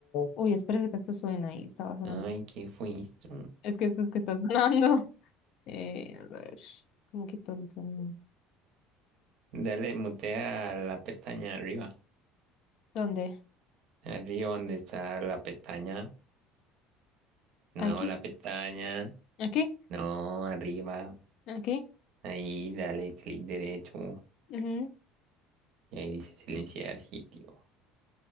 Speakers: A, on the left; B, on the right.
A: Uy, espérate que esto suena ahí, estaba sonando.
B: Ay, ¿qué fue esto?
A: Es que esto es que está sonando. <laughs> Eh, a ver, ¿cómo quito el sonido?
B: Dale, mutea a la pestaña arriba.
A: ¿Dónde?
B: Arriba donde está la pestaña. No,
A: Aquí,
B: la pestaña.
A: aquí,
B: No, arriba.
A: aquí.
B: Ahí, dale clic derecho.
A: ujú.
B: Y ahí dice silenciar sitio.